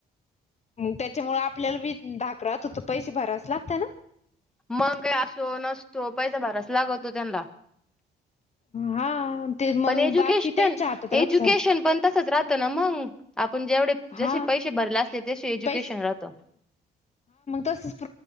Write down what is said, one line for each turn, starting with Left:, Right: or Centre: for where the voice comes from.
Left: त्याच्यामुळे आपल्याला बी धाक राहतो होत पैसे भरायला लागत ना
Centre: पैसाअसो नसतो पैसा भरावाच लागतो. त्यांना
Left: हा ते मग
Centre: पण एज्युकेशन
Left: बाकी त्यांच्या हातात राहत
Centre: एज्युकेशन
Left: सार
Centre: पण तसच राहत आपण जेवढ
Left: हा
Centre: पैसे भरले असले तसे एज्युकेशन
Left: पैसे
Centre: राहत
Left: तसच